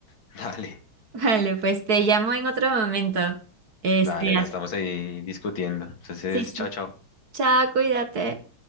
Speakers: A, on the left (about 65°); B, on the right (about 50°).
A: <laughs> Dale,
B: Vale, pues te llamo en otro momento. Este,
A: dale, la
B: as-
A: estamos ahí discutiendo. Entonces,
B: sí, sí.
A: chao, chao.
B: Chao, cuídate.